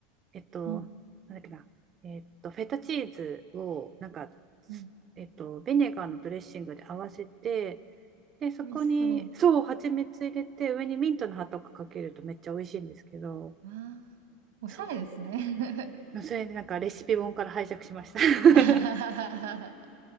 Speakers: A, on the right; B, on the right.
A: えっと、
B: うん、
A: なんだっけな、えっと、フェタチーズを、なんか、
B: うん。
A: えっと、ビネガーのドレッシングで合わせて、で、そこに、
B: 美味しそう。
A: そう、蜂蜜入れて、上にミントの葉とかかけるとめっちゃ美味しいんですけど、
B: わあ、おしゃれですね。
A: そう、それでなんかレシピ本から拝借しました。<laughs>
B: <laughs> あはははは